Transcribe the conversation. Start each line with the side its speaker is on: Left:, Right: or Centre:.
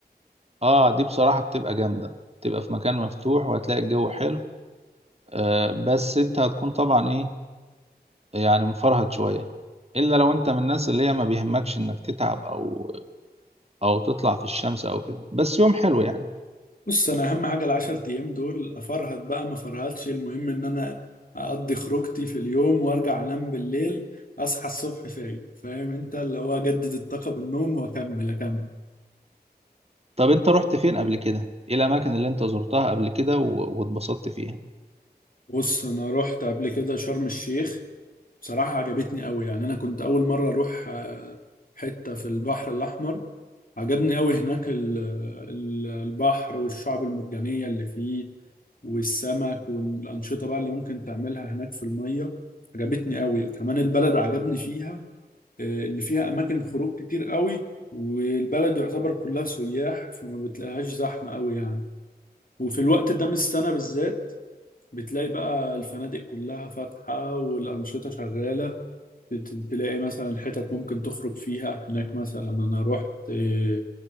Right: اه دي بصراحة بتبقى جامدة بتبقى في مكان مفتوح وهتلاقي الجو حلو آه، بس انت هتكون طبعا ايه يعني مفرهد شوية الا لو انت من الناس اللي هي ما بيهمكش انك تتعب او او تطلع في الشمس او كده بس يوم حلو يعني
Left: بص انا اهم حاجه العشر ايام دول افرهد بقى ما فرهدش المهم ان انا اقضي خروجتي في اليوم وارجع انام بالليل اصحى الصبح فايق فاهم انت اللي هو اجدد الطاقه بالنوم واكمل اكمل
Right: طب انت رحت فين قبل كده ايه الاماكن اللي انت زرتها قبل كده و- واتبسطت فيها
Left: بص انا رحت قبل كده شرم الشيخ بصراحه عجبتني قوي يعني انا كنت اول مره اروح آه، حته في البحر الاحمر عجبني قوي هناك ال- ال- البحر والشعب المرجانية اللي فيه والسمك والأنشطة بقى اللي ممكن تعملها هناك في المية عجبتني قوي وكمان البلد عجبني فيها آه، إن فيها أماكن خروج كتير قوي والبلد يعتبر كلها سياح فما بتلاقيهاش زحمة قوي يعني وفي الوقت ده من السنة بالذات بتلاقي بقى الفنادق كلها فاتحة والأنشطة شغالة ت- تلاقي مثلا حتت ممكن تخرج فيها هناك مثلا انا رحت آه،